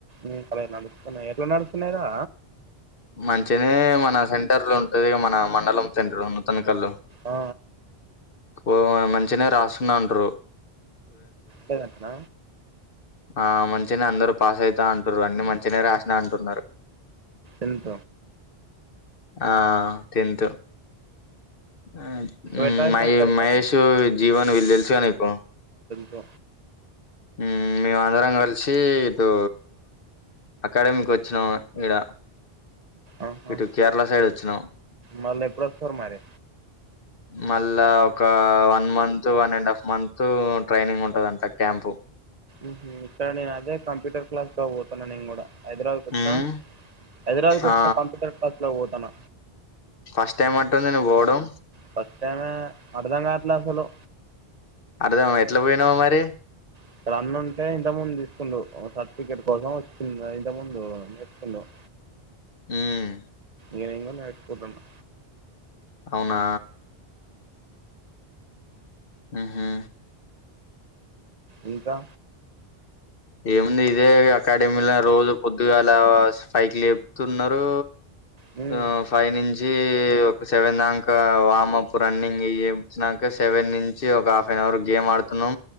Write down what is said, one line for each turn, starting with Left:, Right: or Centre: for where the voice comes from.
Right: ఉమ్ అరె నడుస్తున్నాయ్ ఎట్లా నడుస్తున్నాయిరా
Left: మంచిగనే మన సెంటర్ లో ఉంటది మన మండలం సెంటర్ ఉన్న తను హలో
Right: ఆ,
Left: ఓ మంచిగనె రాస్తున్నాను బ్రో
Right: లేదంటన
Left: ఆ మంచిగనే అందరు పాస్ అయితా అంటుర్రు అన్ని మంచిగనే రాసినా అంటున్నారు
Right: ఎంత
Left: ఆ టెన్త్ ఊ ఉమ్
Right: పెట్టాల్సిన
Left: మ
Right: ఇక్కడ
Left: మహేషు
Right: కాదు.
Left: జీవను వీళ్లు తెలుసుగద నీకు
Right: తే
Left: ఉమ్ మేము అందరం కలిసి ఇటు అకాడమికొచ్చినం ఈడ
Right: ఆహా
Left: ఇటు కేరళ సైడ్ వచ్చినం
Right: మళ్ళీ ఎప్పుడు వస్తారు మరి
Left: మల్ ల్ల ఒక ఆ one month one and half month ఉ ట్రైనింగ్ ఉంటదంట క్యాంపు
Right: ఉహూ ఇక్కడ నే అదే కంప్యూటర్ క్లాస్లకు పోతున్నా నేను గూడా హైదరాబాద్కు వచ్చిన
Left: ఉమ్
Right: హైదరాబాద్కు వచ్చిన
Left: ఆ
Right: కంప్యూటర్ క్లాస్లకు పోతాన
Left: ఫస్ట్ టైమ్ అంటుంది నువ్వు పోవడం
Right: ఫస్ట్ టైమే అర్ధం కావట్లే అసలు
Left: అర్థం ఎట్ల పోయినవు మరి
Right: ఇక్కడ అన్న ఉంటే ఇంత ముందు తీసుకుండు ఉ సర్టిఫికెట్ కోసం వచ్చిండు ఇంత ముందు నేర్చుకుండు <inaudible>
Left: ఉమ్
Right: ఏదయినా నేర్చుకుంటుండు
Left: అవునా ఉహూ
Right: ఇంకా
Left: ఏముంది ఇదే ఇగ అకాడమీల రోజు పొద్దుగలా ఆ స్ ఫైకి లేపుతున్నారు
Right: మ్మ్
Left: ఆ ఫై నుంచి ఈ ఒక సెవెన్ దాంక వామప్ రన్నింగ్ ఇ ఎమ్ స్నంక సెవెన్ నుంచి ఒక హాఫ్ అన్ అవర్ గేమ్ ఆడ్ అతను